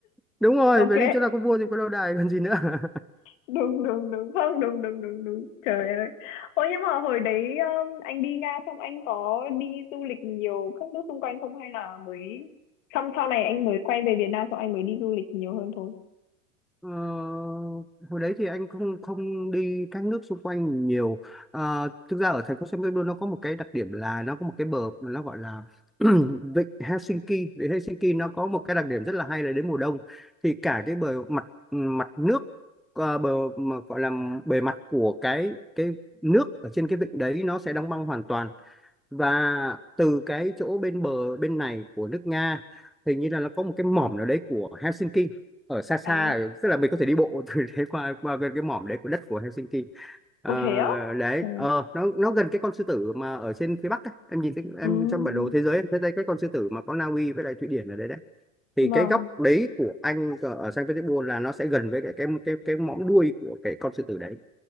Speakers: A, in the centre; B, on the left (about 60°).
A: đúng rồi
B: ok
A: phải đi chỗ nào có vua thì có lâu đài còn gì nữa <laughs>
B: đúng đúng đúng không đúng đúng đúng đúng trời ơi ôi nhưng mà hồi đấy um, anh đi Nga xong anh có đi du lịch nhiều các nước xung quanh không hay là mới xong sau này anh mới quay về Việt Nam xong anh mới đi du lịch nhiều hơn thôi
A: Ờ, hồi đấy thì anh không không đi các nước xung quanh nhiều Ờ, thực ra ở thành phố San Pedro nó có một cái đặc điểm là nó có một cái bờ mà nó gọi là <clears throat> vịnh Helsinki vịnh Helsinki nó có một cái đặc điểm rất là hay là đến mùa đông thì cả cái bờ mặt mặt nước ờ, bờ mà gọi là bề mặt của cái cái nước ở trên cái vịnh đấy nó sẽ đóng băng hoàn toàn và từ cái chỗ bên bờ bên này của nước Nga hình như là nó có một cái mỏm nào đấy của Helsinki ở xa xa
B: à
A: ở- tức là mình có thể đi bộ <laughs> từ đấy qua qua gần cái mỏm đấy của đất của Helsinki Ờ,
B: ồ thế á
A: đấy
B: ừ
A: ờ, nó nó gần cái con sư tử mà ở trên phía Bắc ấy. Em nhìn thấy em
B: ừ
A: trong bản đồ thế giới em thấy đây cái con sư tử mà có Na Uy với lại Thụy Điển ở đấy đấy thì
B: vâng
A: cái góc đấy của anh ở ở Saint Petersburg là nó sẽ gần với cái cái cái cái mõm đuôi của cái con sư tử đấy